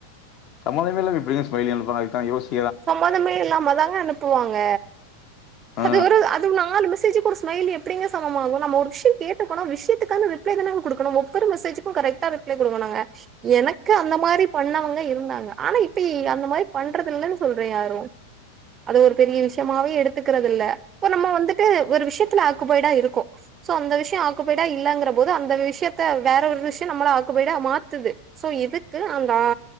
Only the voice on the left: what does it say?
சமதமே இல்லாம எப்டிங்க ஸ்மைலி அனுப்வாங்க அதுக்கான யோஸ்
ஆ